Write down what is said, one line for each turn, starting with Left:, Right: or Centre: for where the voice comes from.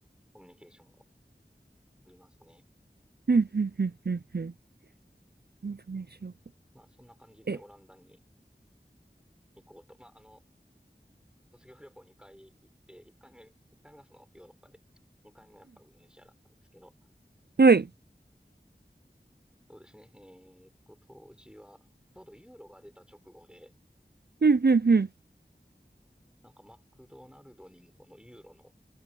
Centre: コミュニケーションを取りますね。
Right: うんうんうんうんうん。インドネシア語。
Centre: まあ、そんな感じでオランダに
Right: え
Centre: 行こうと。まあ、あの、卒業旅行2回行って、1回目、1回がそのヨーロッパで、2回目はやっぱりインドネシアだったんですけど、
Right: はい。
Centre: そうですね。えーっと、当時は、ちょうどユーロが出た直後で、
Right: うんうんうん。
Centre: なんかマクドナルドにもこのユーロの